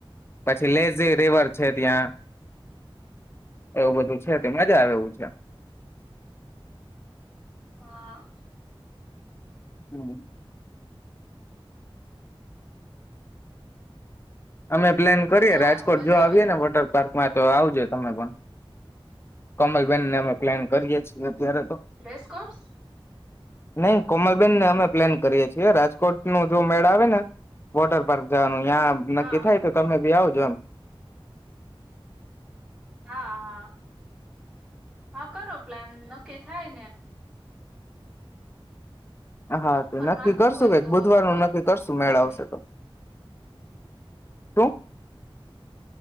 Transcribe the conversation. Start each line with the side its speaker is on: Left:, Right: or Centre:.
Left: પછી લેઝ રિવર છે ત્યાં, એવું બધું છે તે મજા આવે છે.
Centre: હા.
Left: હમ. અમે પ્લાન કરીએ
Centre: સારું
Left: રાજકોટ
Centre: મજા
Left: જો આવીએ
Centre: આવે
Left: ને વોટર પાર્ક માં તો આવજો તમે પણ, કમલબેનને અમે પ્લાન કરીએ છીએ. અત્યારે તો.
Centre: ક્રેશ કોર્સ
Left: નહી કોમલબેન ને અમે પ્લાન કરીએ છીએ રાજકોટ ન જો મેળા આવે ને, વોટર પાર્ક જવાનું ત્યાં
Centre: હા
Left: કે થાય તો તમે જઈ જમ.
Centre: હા હા. હા કરો પ્લાન. નકી થાય ને
Left: હા
Centre: ઓફર
Left: તો નક્કી
Centre: માલતું
Left: કરશું
Centre: હોય
Left: કઈક
Centre: તો
Left: બુધવાર
Centre: કરો
Left: નુ નક્કી કરશું મેળ
Centre: શું
Left: આવશે
Centre: અમે
Left: તો તો